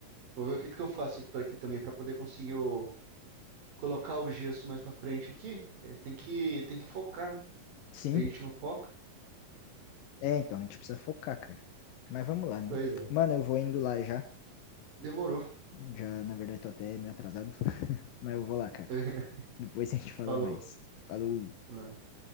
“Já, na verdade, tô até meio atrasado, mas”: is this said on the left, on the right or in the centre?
Left